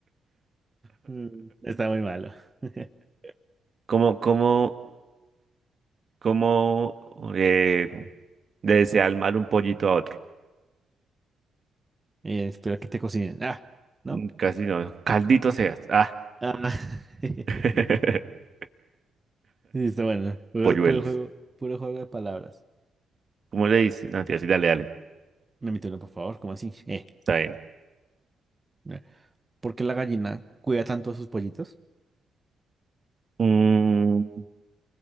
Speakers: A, on the right; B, on the right.
A: Mm, Está muy malo. <laughs>
B: ¿Cómo, cómo, cómo eh, le desea el mal un pollito a otro?
A: Eh, espero que te cocinen. Ah, ¿no?
B: Mm, Casi no. Caldito seas. Ah.
A: Ah. <laughs>
B: <laughs>
A: Sí, está bueno. Jugar
B: Polluelos.
A: puro juego, puro juego de palabras.
B: ¿Cómo le dice? No, tía, sí, dale, dale.
A: Permítelo, por favor, ¿cómo así? Eh.
B: Está bien.
A: eh. ¿Por qué la gallina cuida tanto a sus pollitos?
B: Mm,